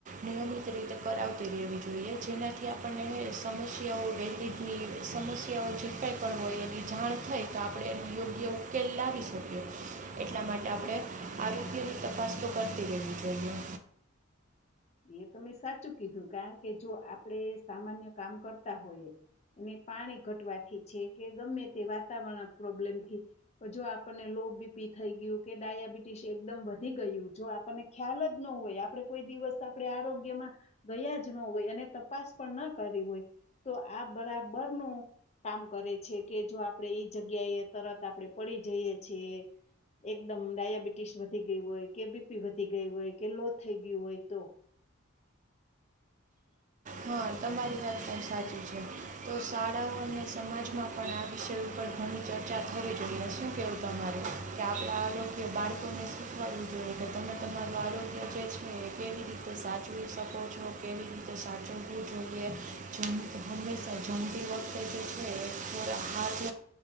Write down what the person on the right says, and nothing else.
નિયમિત રીતે કરાવતી રહેવી જોઈએ, જેનાથી આપણને સમસ્યાઓ <unintelligible> સમસ્યાઓ ઝીપટાઈ પણ હોય, અને ઈ જાણ થઈ તો આપણે એનો યોગ્ય ઉકેલ લાવી શકીએ. એટલા માટે આપણે આરોગ્યની તપાસ તો કરતી રહેવી જોઈએ.
હા તમારી વાત પણ સાચી છે. તો શાળાઓ અને સમાજમાં પણ આ વિષય ઉપર ઘણી ચર્ચા થવી જોઈએ. શું કેવું તમારું? કે આપણા આરોગ્ય બાળકોને શીખવાડવું જોઈએ કે તમે તમારું આરોગ્ય જે છે તે કેવી રીતે સાચવી શકો છો, કેવી રીતે સાચવવું જોઈએ, જમ હંમેશા જમતી વખતે જે છે એ <unintelligible> હાથ